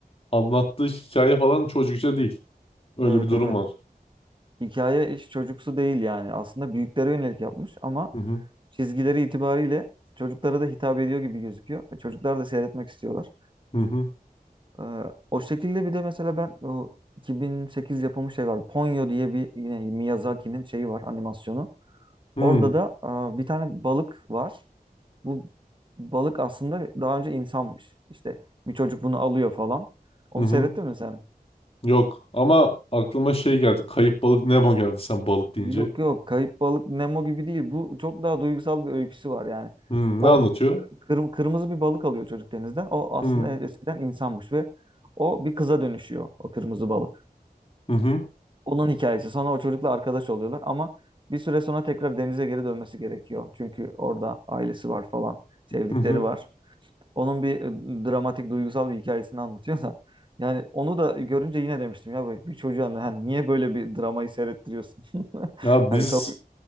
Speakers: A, on the left; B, on the right.
A: anlattığı hikaye falan çocukça değil. Öyle
B: Evet
A: bir durum
B: evet.
A: var.
B: Hikaye hiç çocuksu değil yani. Aslında büyüklere yönelik yapmış ama
A: Hı hı
B: çizgileri itibariyle çocuklara da hitap ediyor gibi gözüküyor. E, Çocuklar da seyretmek istiyorlar.
A: hı hı
B: Ee, o şekilde bir de mesela ben o 2008 yapımı şey var. Ponyo diye bir yine Miyazaki'nin şeyi var animasyonu.
A: hı
B: Orada da aa, bir tane balık var. Bu balık aslında daha önce insanmış. İşte bir çocuk bunu alıyor falan. Onu
A: hı. hı.
B: seyrettin mi sen?
A: Yok ama aklıma şey geldi. Kayıp balık Nemo geldi sen balık deyince.
B: Yok yok Kayıp Balık Nemo gibi değil. Bu çok daha duygusal bir öyküsü var yani.
A: Hı,
B: O
A: ne anlatıyor?
B: kırm- kırmızı bir balık alıyor çocuk denizden. O aslında
A: Hı
B: eskiden insanmış ve o bir kıza dönüşüyor o kırmızı balık.
A: hı hı
B: onun hikayesi. Sonra o çocukla arkadaş oluyorlar ama bir süre sonra tekrar denize geri dönmesi gerekiyor. Çünkü orada ailesi var falan, sevdikleri
A: hı. hı.
B: var. Onun bir e, dramatik, duygusal bir hikayesini anlatıyor da. Yani onu da görünce yine demiştim ya böyle bir çocuğa ne- hani niye böyle bir dramayı seyrettiriyorsun? <laughs>
A: Ya
B: Hani
A: biz
B: kav-